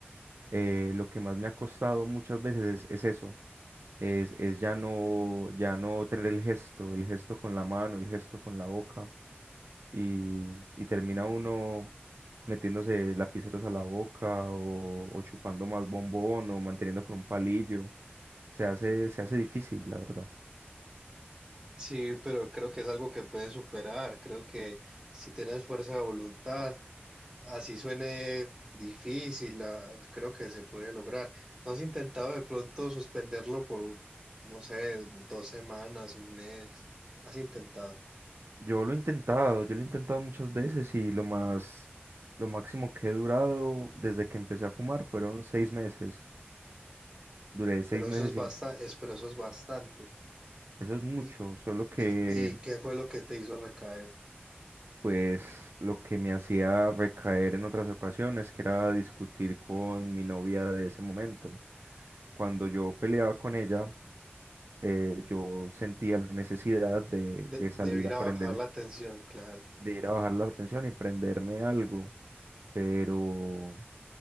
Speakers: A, on the right; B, on the right.
A: eh, lo que más me ha costado muchas veces es, es eso, es, es ya no, ya no tener el gesto, el gesto con la mano, el gesto con la boca, y, y termina uno metiéndose lapiceros a la boca o, o chupando más bombón o manteniendo con un palillo, se hace, se hace difícil, la verdad.
B: Sí, pero creo que es algo que puedes superar. Creo que si tienes fuerza de voluntad, Así suene difícil, ah, creo que se puede lograr. ¿No has intentado de pronto suspenderlo por, un- no sé, dos semanas, un mes? Has intentado,
A: Yo lo he intentado, yo lo he intentado muchas veces y lo más, lo máximo que he durado desde que empecé a fumar fueron seis meses. Duré seis
B: pero
A: meses
B: eso es basta,
A: sin...
B: es, pero eso es bastante.
A: Eso es mucho,
B: ¿Y,
A: solo que
B: y, y qué fue lo que te hizo recaer?
A: pues lo que me hacía recaer en otras ocasiones, que era discutir con mi novia de ese momento. Cuando yo peleaba con ella, eh, yo sentía la necesidad de,
B: De,
A: de
B: de
A: salir
B: ir
A: a
B: a
A: prender,
B: bajar la tensión, claro.
A: de ir a bajar la tensión y prenderme algo, pero